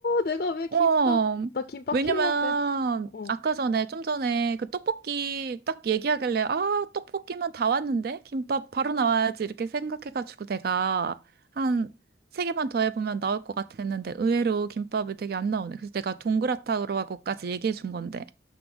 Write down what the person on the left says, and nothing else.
내가 왜 김밥,
나 김밥
킬러인데. 어.